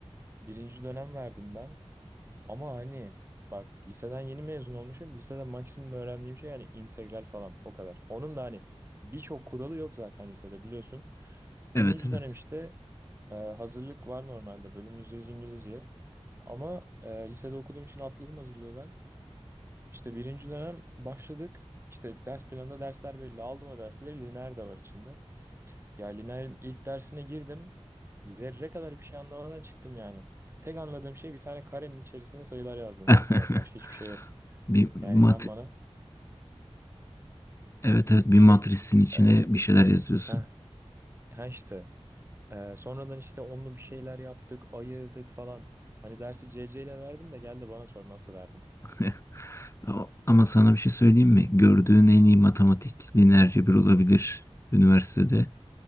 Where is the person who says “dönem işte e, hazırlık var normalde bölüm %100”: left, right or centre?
Right